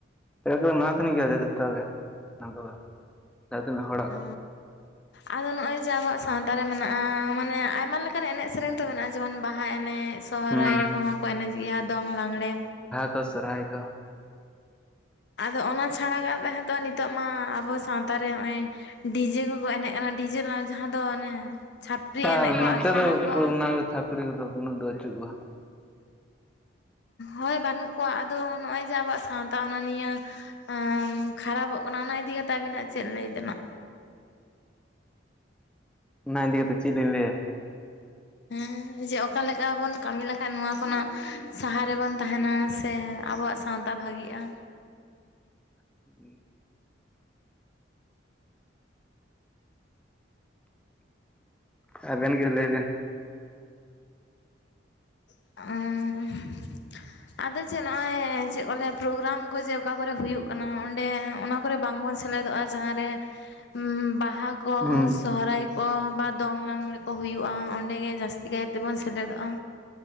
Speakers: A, in the centre; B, on the left (about 60°).
A: ᱮ ᱢᱟᱛᱷᱱᱤ ᱜᱮᱭᱟ ᱡᱚᱛᱚ ᱜᱮ ᱚᱱᱟ ᱠᱚᱫᱚ ᱾ ᱡᱟᱦᱟᱸ ᱛᱤᱱᱟᱹᱜ ᱦᱚᱲ
B: ᱚ, ᱟᱫᱚ ᱱᱚᱜᱼᱚᱭ ᱡᱮ ᱟᱵᱚᱣᱟᱜ ᱥᱟᱱ ᱛᱟᱨᱮ ᱢᱮᱱᱟᱜᱼᱟ ᱢᱟᱱᱮ ᱟᱭᱢᱟ ᱞᱮᱠᱟᱱ ᱮᱱᱮᱡ ᱥᱮᱨᱮᱧ ᱛᱚ ᱢᱮᱱᱟᱜᱼᱟ ᱡᱮᱢᱚᱱ ᱵᱟᱦᱟ ᱮᱱᱮᱡ ᱾ ᱥᱚᱦᱨᱟᱭ
A: ᱦᱩᱸ
B: ᱨᱮ ᱠᱚᱦᱚᱸ ᱠᱚ ᱮᱱᱮᱡ ᱜᱮᱭᱟ ᱾ ᱫᱚᱝ ᱞᱟᱜᱽᱬᱮ
A: ᱛᱚ ᱥᱚᱨᱦᱟᱭ ᱠᱚ
B: ᱟᱫᱚ ᱚᱱᱟ ᱪᱷᱟᱲᱟᱜ <unintelligible> ᱦᱤᱛᱚᱜ ᱱᱤᱛᱚᱜ ᱢᱟ ᱟᱵᱚ ᱥᱟᱶᱛᱟᱮ ᱨᱮ ᱱᱚᱜᱼᱚᱭ ᱰᱤᱡᱮ ᱠᱚᱠᱚ ᱮᱱᱮᱡ ᱠᱟᱱᱟ ᱰᱤᱡᱮ ᱨᱮᱱᱟᱜ ᱡᱟᱦᱟᱸ ᱫᱚ ᱚᱱᱮ ᱪᱷᱟᱯᱨᱤ
A: ᱟᱨ
B: ᱮᱱᱮᱡ ᱠᱚ
A: ᱱᱚᱛᱮ
B: ᱟᱫᱚ ᱚᱱᱟ
A: ᱫᱚ
B: ᱠᱚ
A: ᱚᱱᱟ ᱪᱷᱟᱯᱨᱤ ᱠᱚᱫᱚ ᱩᱱᱟᱹᱜ ᱫᱚ ᱟᱹᱪᱩᱜ ᱠᱚᱼᱟ ᱾
B: ᱦᱳᱭ ᱵᱟᱹᱱᱩᱜ ᱠᱚᱣᱟ ᱟᱫᱚ ᱱᱚᱜᱼᱚᱭ ᱡᱮ ᱟᱵᱚᱣᱟᱜ ᱥᱟᱶᱛᱟ ᱚᱱᱟ ᱱᱤᱭᱟᱹ ᱾ ᱟ ᱠᱷᱟᱨᱟᱯᱚᱜ ᱠᱟᱱᱟ ᱚᱱᱟ ᱤᱫᱤ ᱠᱟᱛᱮ ᱟᱵᱤᱱᱟᱜ ᱪᱮᱫ ᱞᱟᱹᱭ ᱛᱮᱱᱟᱜ?
A: ᱚᱱᱟ ᱤᱫᱤ ᱠᱟᱛᱮᱫ ᱪᱮᱫ ᱞᱤᱧ ᱞᱟᱹᱭᱟ ᱾
B: ᱦᱮᱸ ᱡᱮ ᱚᱠᱟᱞᱮᱠᱟ ᱵᱚᱱ ᱠᱟᱹᱢᱤ ᱞᱮᱠᱷᱟᱱ ᱱᱚᱣᱟ ᱠᱚᱱᱟᱜ ᱥᱟᱦᱟ ᱨᱮᱵᱚᱱ ᱛᱟᱦᱮᱱᱟ ᱥᱮ ᱟᱵᱚᱣᱟᱜ ᱥᱟᱶᱛᱟ ᱵᱷᱟᱜᱤᱜᱼᱟ ᱾
A: <inaudible> ᱟᱵᱮᱱ ᱜᱮ ᱞᱟᱹᱭᱵᱮᱱ?
B: ᱟᱨ <unintelligible> ᱟᱫᱚ ᱪᱮᱫ ᱱᱚᱜᱼᱚᱭ ᱪᱮᱫ ᱠᱚ ᱞᱟᱹᱭᱟ ᱯᱨᱳᱜᱨᱟᱢ ᱠᱚ ᱡᱮ ᱚᱠᱟ ᱠᱚᱨᱮ ᱦᱩᱭᱩᱜ ᱠᱟᱱᱟ, ᱚᱸᱰᱮ ᱚᱱᱟ ᱠᱚᱨᱮ ᱵᱟᱝ ᱵᱚᱱ ᱥᱮᱞᱮᱫᱚᱜ-ᱟ ᱡᱟᱦᱟᱸ ᱨᱮ᱾ ᱢᱩᱸ, ‌ ᱵᱟᱦᱟ ᱠᱚ
A: ᱦᱩᱸ
B: ᱥᱚᱦᱨᱟᱭ ᱠᱚ ᱵᱟ ᱫᱚᱝ ᱞᱟᱜᱽᱬᱲᱮ ᱠᱚ ᱦᱩᱭᱩᱜ-ᱟ ᱚᱸᱰᱮ ᱜᱮ ᱡᱟᱥᱼᱼ ᱪᱮᱫ ᱠᱟᱛᱮ ᱵᱚᱱ ᱥᱮᱞᱮᱫᱚᱜ-ᱟ?